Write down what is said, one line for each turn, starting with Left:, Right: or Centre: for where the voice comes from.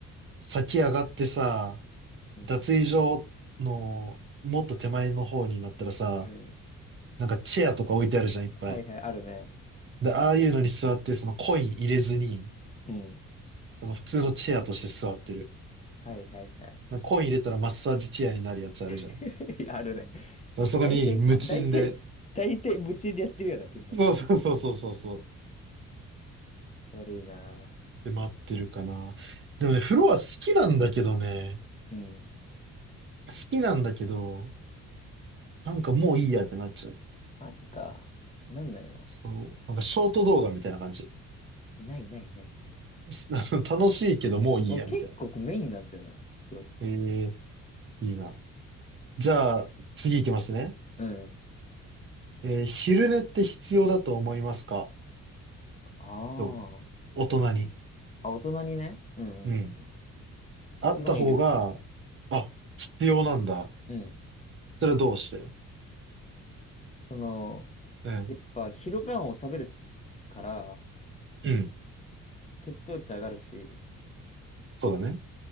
Right: 先上がってさ、
Left: うん。
Right: 脱衣所のもっと手前の方になったらさ、
Left: うん。
Right: なんかチェアとか置いてあるじゃん、いっぱい。
Left: はいはい、あるね。
Right: で、ああいうのに座って、そのコイン入れずに、
Left: うん。
Right: その普通のチェアとして座ってる。
Left: はいはいはい。
Right: なんかコイン入れたらマッサージチェアになるやつあるじゃん。
Left: <laughs> あるね。
Right: そう、そこに無賃で。
Left: 大体、あ大体大体夢中でやってるような、みんな誰と。
Right: そうそうそうそうそうそう。
Left: 悪いな。
Right: で、待ってるかな。
Left: そ
Right: でもね、風呂は好きなんだけどね。
Left: う。うん。
Right: 好きなんだけど、なんかもういいやってなっちゃう。
Left: マジか。なんないな。
Right: そう。なんかショート動画みたいな感じ。
Left: ないないないない。
Right: <laughs> 楽しいけどもういいや、
Left: もう結構メインなんてな、
Right: みたいな。
Left: 風呂って。
Right: ええいいな。じゃあ、次行きますね。
Left: うん。
Right: えー昼寝って必要だと思いますか
Left: あ
Right: と、
Left: あ。
Right: 大人に。
Left: あ、大人にね。うんうんうん。
Right: うん。
Left: 結論いる。
Right: あった方が、あ、必要なんだ。
Left: うん。
Right: それはどうして
Left: その、
Right: うん。
Left: やっぱ昼ご飯を食べるから、
Right: うん。
Left: 血糖値上がるし、
Right: そうだね。